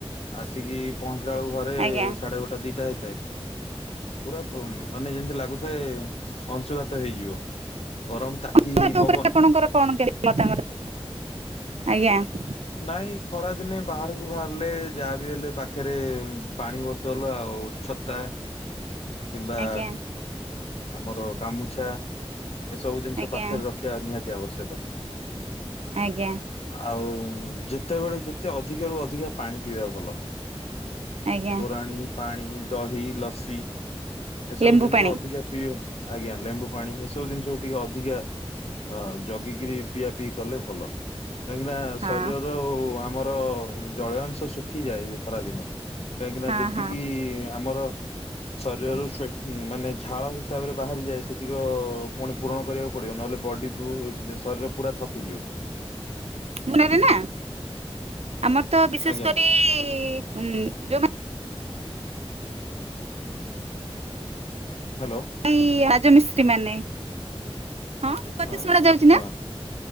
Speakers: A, on the left; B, on the right.
A: ଆସିକି ପହ ଯେ ଆଉ ଘରେ,
B: ଆଜ୍ଞା।
A: ସାଢ଼େ ଗୋଟା ଦିଟା ହେ ପୁରା ପ ମାନେ ଯେମିତି ଲାଗୁଥାଏ ଅଂଶୁଘାତ ହେଇଯିବ ଗରମ ତାତି
B: <inaudible> ଉପରେ
A: ପବନ
B: ଆପଣଙ୍କର କଣ କେମିତି ମତାମତ। ଆଜ୍ଞା।
A: ନାଇଁ ଖରାଦିନେ ବାହାରୁକୁ ଭାରଲେ ଯାହା ବିି ହେଲେ ପାଖେରେ ପାଣି ବୋତଲ ଆଉ ଛତା କିମ୍ବା
B: ଆଜ୍ଞା
A: ଆମର ଗାମୁଛା। ଏସବୁ ଦିନଷ
B: ଆଜ୍ଞା
A: ପାଖରେ ରଖିବା ନିହାତି ଆବଶ୍ୟକ।
B: ଆଜ୍ଞା
A: ଆଉ ଯେତେବେଳେ, ଯେତେ ଅଧିକ ରୁ ଅଧିକା ପାଣି ପିଇବା ଭଲ।
B: ଆଜ୍ଞା
A: ତୋରାଣି ପାଣି, ଦହି, ଲସି। ଏସବୁ
B: ଲେମ୍ବୁ
A: ଜିନିଷ
B: ପାଣି
A: ଅଧିକା ପିଇବେ। ଆଜ୍ଞା। ଲେମ୍ବୁ ପାଣି, ଏସବୁ ଜିନିଷକୁୁ ଟିକେ ଅଧିକା ଅ ଜଗିକିରି, ପିଆ ପିଇ କଲେ ଭଲ। କାହିଁକିନା
B: ହଁ
A: ଶରୀରର, ଆମର ଜଳୀୟ ଅଂଶ ଶୁଖିଯାଏ ଖରାଦିନେ। କାହିଁକି ନା,
B: ହଁ
A: ଯେତିକି
B: ହଁ
A: ଆମର ଶରୀରରୁ, ମାନେ ଝାଳ ହିସାବରେ ବାହାରିଯାଏ। ସେତିକ ପୁଣି ପୂରଣ କରିବାକୁ ପଡିବ। ନହେଲେ ବଡିକୁ ଶରୀର ପୁରା ଥକିଯିବ।
B: ମୁଁ ନେବି ନା। ଆମର ତ ବିଶେଷ
A: ଆଜ୍ଞା
B: କରି ଉ ଯୋଉମାନେ
A: ହ୍ୟାଲୋ
B: ଏଇ ରାଜମିସ୍ତ୍ରୀ ମାନେ ହଁ ମୋ କଥା
A: ହଁ
B: ଶୁଣା ଯାଉଛି
A: ହଁ
B: ନା?